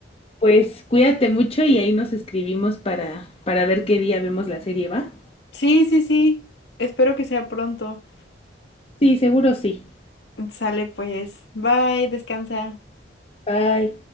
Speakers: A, on the left; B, on the left.
A: pues cuídate mucho y ahí nos escribimos para, para ver qué día vemos la serie, ¿va?
B: Sí, sí, sí. Espero que sea pronto.
A: Sí, seguro sí.
B: Sale pues. Bye, descansa.
A: Bye.